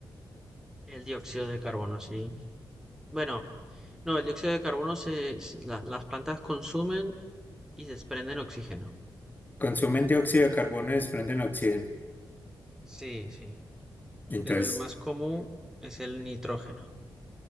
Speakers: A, in the centre; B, on the left.
A: El dióxido de carbono, sí. Bueno, no, el dióxido de carbono se, se- la- las plantas consumen y desprenden oxígeno.
B: Consumen dióxido de carbono y desprenden oxígeno.
A: Sí, sí,
B: Entonces,
A: pero el más común es el nitrógeno.